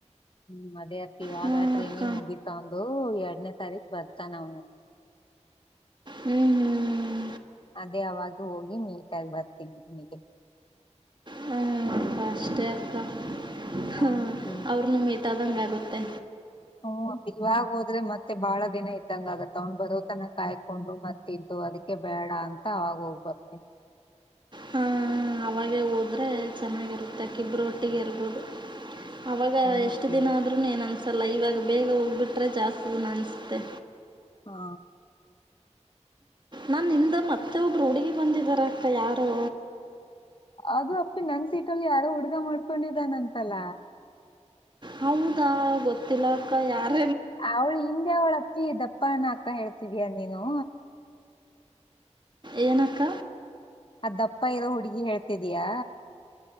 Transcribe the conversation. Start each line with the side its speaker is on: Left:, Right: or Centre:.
Left: ಹ್ಮ್ ಅದೇ ಅಪ್ಪಿ ಇವಾಗ
Right: ಹ್ಞೂ
Left: ಟ್ರೈನಿಂಗ್
Right: ಅಕ್ಕ
Left: ಮುಗೀತ್ತ ಒಂದು ಎರಡನೇ ಸರಿಕ್ ಬರ್ತ ನಾ
Right: ಹ್ಮ್ ಹ್ಮ್
Left: ಅದೇ ಅವಾಗ ಹೋಗಿ ನೀಟ್ಗ ಬರ್ತೀನಿ ನಮಗೆ
Right: ಹ್ಮ ಅಷ್ಟೇ ಅಕ್ಕ
Left: ಹಾ
Right: ಹ
Left: ಅಪ್ಪಿ
Right: ಅವ್ರನು ಮೀಟದಂಗ ಮತ್ತೆ
Left: <unintelligible> ಇವಾಗ ಹೋದ್ರೆ ಮತ್ತೆ ಬಹಳ ದಿನ ಇದ್ದಂಗ ಆಗತ್ ಅವ್ನ ಬರೋತನ ಕಾಯ್ಕೊಂಡು ಮತ್ತ ಇದ್ದು ಅದಕ್ಕೆ ಬೇಡ ಅಂತ ಅವಾಗ ಹೋಗ್ಬಷ್ಟ
Right: ಹಾ ಅವಾಗೆ ಹೋದ್ರೆ ಚೆನ್ನಾಗಿರುತ್ತೆ ಕಿಬ್ರು ಒಟ್ಟಿಗೆ ಇರ್ಬೋದು ಆವಾಗ
Left: ಹಾ
Right: ಎಷ್ಟು
Left: ಅಪ್ಪಿ
Right: ದಿನ ಆದರು ಏನು ಅನಿಸಲ್ಲ ಇವಾಗ ಬೇಗ ಹೋಗ್ಬಿಟ್ರೆ ಜಾಸ್ತಿ ದಿನ ಅನಿಸುತ್ತೆ
Left: ಹಾ
Right: ನನ್ನಿಂದ ಮತ್ತೆ ಒಬ್ರು ಹುಡುಗಿ ಬಂದಿದಾರ ಅಕ್ಕ ಯಾರು
Left: ಅದು ಅಪ್ಪಿ ನನ್ ಸೀಟಲ್ಲಿ ಯಾರೋ ಹುಡ್ಗ ಮಾಡ್ಕೊಂಡಿದ್ದಾನಂತಲ್ಲ
Right: ಹೌದಾ ಗೊತ್ತಿಲ್ಲ ಅಕ್ಕ ಯಾರ
Left: ಅವ್ಳು ಹಿಂದೆ ಅವಳ ಅಪ್ಪಿ ದಪ್ಪ ಅಕ್ಕ ಹೇಳ್ತಿದಯ ನೀನು
Right: ಏನ್ ಅಕ್ಕ
Left: ಅ ದಪ್ಪ ಇರೋ ಹುಡುಗಿ ಹೇಳ್ತಿದಯಾ